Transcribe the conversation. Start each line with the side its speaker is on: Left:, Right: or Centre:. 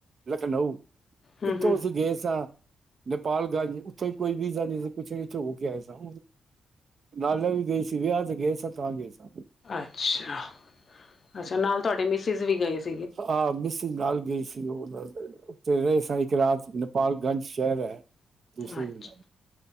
Right: ਲਖਨਊ
Left: ਹੂੰ
Right: ਇਥੋਂ
Left: ਹੂੰ
Right: ਅਸੀਂ ਗਏ ਸਾਂ ਨੇਪਾਲ ਗੰਜ ਉੱਥੇ ਕੋਈ ਵੀਜ਼ਾ ਨਹੀਂ ਸੀ ਕੁਛ ਨਹੀਂ ਉਥੇ ਹੋ ਕੇ ਆਏ ਸਾਂ। ਨਾਲੇ ਵੀ ਗਈ ਸੀ ਵਿਆਹ ਤੇ ਗਏ ਸਾਂ ਤਾਂ ਗਏ ਸਾਂ
Left: ਅੱਛਾ ਅੱਛਾ ਨਾਲ ਤੁਹਾਡੇ ਮਿਸਿਸ ਵੀ ਗਏ ਸੀ।
Right: ਹਾਂ ਮੀਸਿਸ ਨਾਲ ਗਈ ਸੀ। ਪਿਓ ਦਾਦੇ ਉਥੇ ਰਹੇ ਸਾਂ ਇੱਕ ਰਾਤ ਨੇਪਾਲ ਗੰਜ ਸ਼ੈਰ ਐ ਦੂਸਰੇ
Left: ਅੱਛ
Right: ਦਿਨ